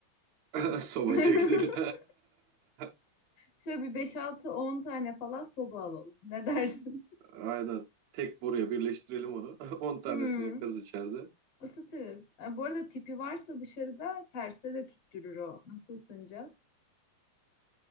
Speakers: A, on the right; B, on the left.
A: <laughs> Sobacıya
B: <laughs>
A: gidelim. <laughs>
B: Şöyle bir beş altı on tane falan soba alalım. Ne dersin?
A: Aynen. Tek buraya birleştirelim onu. <laughs> 10 tanesini
B: Hmm,
A: yakarız içeride.
B: ısıtırız. Ha, bu arada tipi varsa dışarıda terse de tüttürür o. Nasıl ısınacağız?